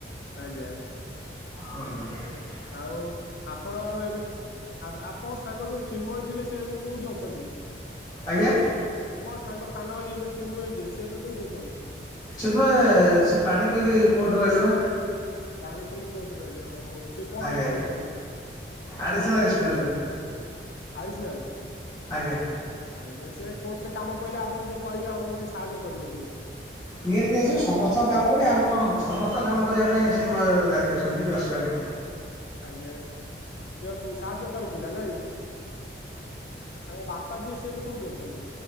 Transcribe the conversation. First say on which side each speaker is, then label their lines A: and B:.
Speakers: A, on the left; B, on the left.
A: ଆଜ୍ଞା।
B: ହୁଁ।
A: ଆଉ ଆପଣ ଆଉ ଏବେ ଅବ୍ ଆପ ମୋ ସାଙ୍ଗ ଯୋଉ ଚିନ୍ମୟ ଥିଲେ ସେ ଏବେ କୋଉଠି ଅଛନ୍ତି,
B: ଆଜ୍ଞା।
A: ଆପଣ। ତାଙ୍କ ସାନ ଭାଇ ଏବେ ଚିନ୍ମୟ ଯିଏ ସେ ଏବେ କୋଉଠି ଅଛନ୍ତି।
B: ଚିନ୍ମୟ ସେ ପାଣି କୋଇଲି କୋଟରେ ରହିଲେ ବା।
A: ପାଣି କୋଇଲି କୋଟରେ ରହିଲେ ଓହୋ! ସେ କଣ
B: ଆଜ୍ଞା
A: ଏବେ
B: ଆଜ୍ଞା,
A: କରୁଛନ୍ତି?
B: ଆଡିସନାଲ ଏସ୍ପି ଅଛନ୍ତି।
A: ଆଡିସନାଲେ
B: ଆଜ୍ଞା।
A: ଆଜ୍ଞା। ସେ କୋର୍ଟ ରେ କାମ ପଇିଲେ ଆପଣ ଟିକେ କହିବେ ଆମକୁ ସେ ସାହାଯ୍ୟ କରିବେ ଟିକେ।
B: ନିହାତି ନିହାତି ସେ ସମସ୍ତଙ୍କ କାମ କରିବେ ଆମ କଣ ସମସ୍ତଙ୍କ କାମ କରିବା ପାଇଁ ଚିନ୍ମୟ ରାଜି ଅଛନ୍ତି କିଛି ଅସୁବିଧା ନାହିଁ?
A: ଆଜ୍ଞା। ସେ ସାହାଯ୍ୟକାରି ପିଲା ନାଇଁ। ତାଙ୍କ ବାପା ଯିଏ ସିଏ ଏବେ କୋଉଠି ଅଛନ୍ତି?